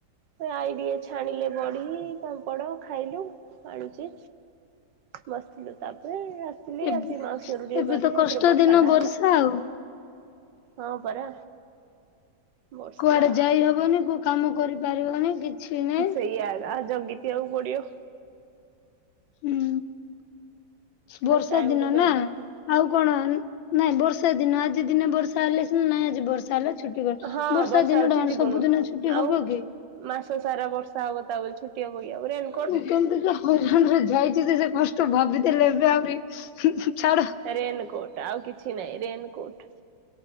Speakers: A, on the right; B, on the left.
A: ଆଇ ଟିକେ ଛାଣିଲେ ବଢି ପାମ୍ପଡ ଖାଇଲୁ ଆଣିଚି। ବସିଥିଲୁ ତାପରେ ଆସିଲି
B: ଏବ୍
A: ଆସି ମାଉସିରୁ ଟିକେ
B: ଏବେ
A: ଗଲି
B: ତ କଷ୍ଟ
A: ତାପରେ ବର୍ଷାଟା
B: ଦିନ ବର୍ଷା
A: ହେଲା।
B: ଆଉ।
A: ହଁ ପରା। ବର୍ଷା
B: କୁଆଡେ ଯାଇ ହବନି କୋଉ କାମ କରିପାରିବନି କିଛି ନାଇଁ
A: ସେଇଆ ଆଉ ଜଗି ତିଆକୁ ପଡିବ।
B: ହୁଁ।
A: ଖାଲି
B: ବର୍ଷା
A: ଟାଇମ
B: ଦିନ
A: କୁ ଜଗିକି
B: ନା। ଆଉ କଣ ନାଇଁ ବର୍ଷା ଦିନ ଆଜି ଦିନେ ବର୍ଷା ହେଲେ ସ ନା ନାଇଁ ଆଜି ବର୍ଷା ହେଲା ଛୁଟି କ
A: ହଁ
B: ବର୍ଷା ଦିନ
A: ହଉଛି
B: ଟା ମାନେ
A: ଯିବୁନୁ
B: ସବୁଦିନ ଛୁଟି
A: ଆଉ
B: ହବ କି।
A: ମାସ ସାରା ବର୍ଷା ହବ ତା ବୋଲି ଛୁଟି ହବ କି ଆଉ ରେନକୋଟ
B: ମୁଁ କେମତିକା ହଇରାଣରେ ଯାଇଛି ତ ସେ କଷ୍ଟ ଭାବିଦେଲେ ଏବେ ଆହୁରି <inaudible> ଛାଡ।
A: ରେନକୋଟ୍ ଆଉ କିଛି ନାହିଁ ରେନକୋଟ୍।